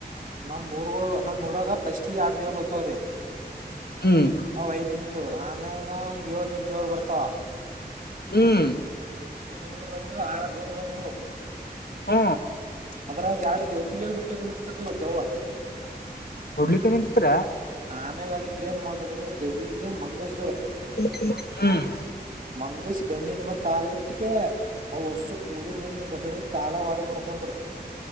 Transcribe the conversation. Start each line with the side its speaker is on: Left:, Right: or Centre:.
Right: ನಮ್ ಊರ್ ನಮ್ ಊರಾಗ ಪಸ್ಟಿ ಆರ್ ದೇವ್ರ ಹತವ್ರಿ
Left: ಹ್ಮ್
Right: ಅವಐದ ಹಿಂದಂದು ಆಮ್ಯಾಗ ಒಂದ್ ಏಳ್ ಹಿಂದವರ್ ಬರ್ತಾವ
Left: ಹ್ಮ್
Right: ಹ ನಿನ್ನ ಬಂದವು ಆರ್ ದವರ್ ಬಂದವು
Left: ಹ್ಮ
Right: ಅದ್ರಾಗ ಎರಡು ದೇವ್ರರಿಗೆ ಉಟಕ್ಕೆ ಬಂದಿತ್ತದದು ದೇವ
Left: ಹಡ್ಲಿಕ್ಕೆ ನಿಂತತ್ರ
Right: ಆಮ್ಯಾಗ ಅದಕ್ ಏನ್ ಮಾಡುದ್ರು ದೇವಿಗೆ ಮಂಗಸ್ದರು
Left: ಹ್ಮ್
Right: ಮಂಗಸ ಬೆನ್ನಿ ನಿಮ ಕಾಲ ಇಟ್ಟಕ ಅವ್ ಹೊಸ್ಸು ಕೂದಲು ಹಿಂಗ ಹಿಡಿದ ಕಾಲ ಒಡ ಮರ್ಕೊಂಡರು